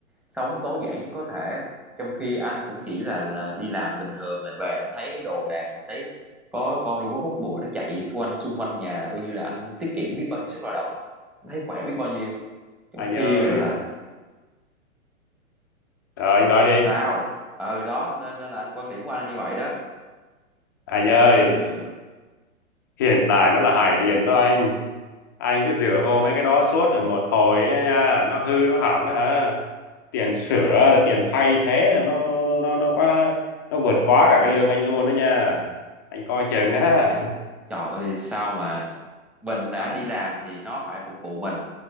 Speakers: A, in the centre; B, on the left.
A: sống tối giản nhất có thể trong khi anh cũng chỉ là, là đi làm bình thường mà về anh thấy đồ đạc mà thấy có con robot hút bụi nó chạy quanh xung quanh nhà là coi như là anh tiết kiệm biết bao nhiêu sức lao động anh thấy khỏe biết bao nhiêu trong
B: anh
A: khi
B: ơi
A: là
B: rồi anh nói đi
A: sao ừ đó nên nên là anh quan điểm của anh là như vậy đó
B: Anh
A: nên
B: ơi,
A: là
B: hiện đại nó là hải điền đó anh. Anh cứ rửa vô mấy cái đó suốt rồi một hồi ấy nha, nó hư nó hỏng á hả? Tiền sửa rồi tiền thay thế là nó nó nó quá nó vượt quá cả cái lương anh luôn đó nha. Anh coi chừng á.
A: trời ơi sao mà mình đã đi làm thì nó phải phục vụ mình